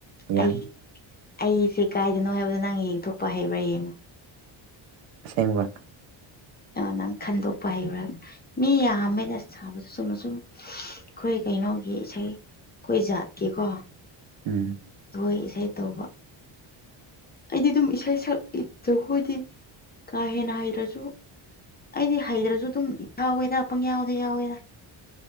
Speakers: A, on the right; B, on the left.
A: ꯌꯥꯏ
B: ꯑꯩ ꯑꯩꯁꯦ ꯀꯥꯏꯗꯅꯣ ꯍꯥꯏꯕꯗꯣ ꯅꯪ ꯌꯦꯡꯊꯣꯛꯄ ꯍꯩꯕ꯭ꯔꯥ ꯌꯦꯡꯉꯣ
A: ꯁꯦꯡꯕ
B: ꯑ ꯅꯪ ꯈꯟꯗꯣꯛꯄ ꯍꯩꯔꯨꯔꯒ ꯃꯤ ꯌꯥꯝꯃꯦꯗꯁ ꯁꯥꯕꯗ ꯁꯨꯝꯅ ꯁꯨꯝ ꯑꯩꯈꯣꯏ ꯀꯩꯅꯣꯒꯤ ꯏꯁꯩ ꯑꯩꯈꯣꯏ ꯖꯥꯠꯀꯤꯀꯣ
A: ꯎꯝ
B: ꯍꯣꯏ ꯏꯁꯩ ꯇꯧꯕ ꯑꯩꯗꯤ ꯑꯗꯨꯝ ꯏꯁꯩ ꯁꯛ ꯖꯈꯣꯏꯗꯤ ꯀꯥ ꯍꯦꯟꯅ ꯍꯩꯔꯁꯨ ꯑꯩꯗꯤ ꯍꯩꯗ꯭ꯔꯁꯨ ꯑꯗꯨꯝ ꯌꯥꯎꯋꯦꯗ ꯑ ꯄꯪ ꯌꯥꯎꯋꯗ ꯌꯥꯎꯋꯦꯗ